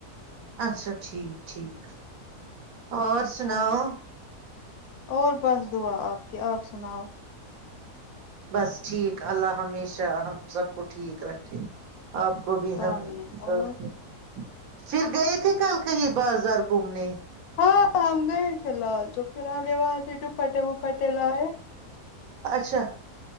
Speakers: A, on the right; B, on the left.
A: اچھا ٹھیک ٹھیک اور سناؤ
B: ہاں اور بس دعا ہے آپ کے آپ سناؤ
A: بس ٹھیک اللہ ہمیشہ ہم سب کو ٹھیک رکھے آپ کو بھی
B: آمین
A: ہمیں بہت
B: اور
A: خوب پھر گئے تھے کل کہیں بازار گھومنے
B: ہاں ہم گئے تھے لال چوک پھر ہم نے وہاں سے ڈپٹے وپٹے لائے
A: اچھا